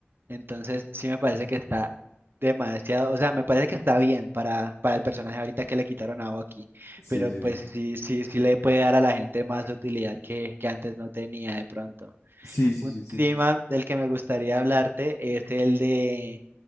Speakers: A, on the right; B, on the left.
A: Entonces, sí me parece que está demasiado, o sea, me parece que está bien para, para el personaje ahorita que le quitaron a Bucky,
B: Sí,
A: pero
B: sí,
A: pues
B: sí.
A: sí, sí, sí le puede dar a la gente más utilidad que, que antes no tenía de pronto.
B: Sí, sí,
A: Un
B: sí, sí.
A: tema del que me gustaría hablarte es el de,